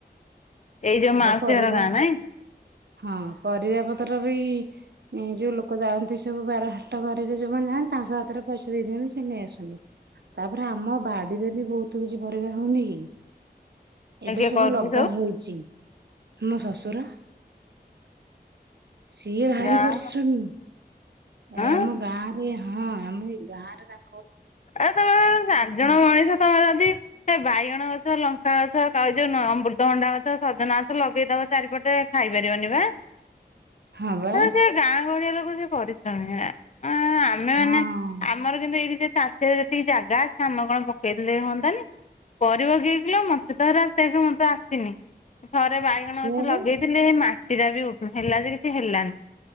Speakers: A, on the left; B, on the right.
A: ଏଇ ଯଉ ମାଉସୀ
B: ଆଉ ପରିବା
A: ଘର ଗାଁ ନାଇଁ?
B: ହଁ ପରିବା ପତ୍ର ବି ଏ ଯଉ ଲୋକ ଯାଆନ୍ତି ସବୁ ବାର ହାଟ ବାରିରେ ଯୋଉମାନେ ଯାଆନ୍ତି ତାଙ୍କ ହାତରେ ପଇସା ଦେଇ ଦିଅନ୍ତି ସେ ନେଇ ଆସନ୍ତି। ତାପରେ ଆମ ବାଡିରେ ବି ବହୁତ କିଛି ପରିବା ହଉନି କି? ଏବେ
A: କିଏ
B: ସବୁ
A: କରୁଛି
B: ଲଗା ହେଇଛି ମୋ ଶଶୁର। ସିଏ ଭାରି
A: ଯା
B: ପରିଶ୍ରମୀ,
A: ହଉ ହଁ
B: ଏ ଆମ ଗାଁ ରେ ହଁ ଆମ ଏଇ ଗାଁରେ ତା
A: ଏ ତମେ ଚାର ଜଣ ମଣିଷ ତମେ ଯଦି ସେ ବାଇଗଣ ଗଛ ଲଙ୍କା ଗଛ କ ଯୋଉ ଅମୃତଭଣ୍ଡା ଗଛ ସଜନା ଗଛ ଲଗେଇଦବ ଚାରିପଟେ ଖାଇ ପାରିବନି ବା।
B: ହଁ ବା।
A: ହେଲେ ସେ ଗାଁ ଗହଳିଆ ଲୋକ ସେ ପରିଶ୍ରମି, ଆମେଁ ମାନେ
B: ହଁ
A: ଆମର କିନ୍ତୁ ଏଇ ସେ ତାଟରେ ରେ ଯେତିକି ଜାଗା ଅଛି, ଆମ କଣ ପକେଇ ଦେଲେ ହଅନ୍ତାନି? କରିବ କିଏ କିଲୋ? ମତେ ତ ହେରା <unintelligible> ଆସିନି ଥରେ ବାଇ ଗଣ
B: ସେୟା
A: ଗଛ
B: ବା
A: ଲଗେଇଥିଲି, ହେଇ ମାଟି ରା ବି ଉ ହେଲା, ଯେ କିଛି ହେଲାନି। ହଁ,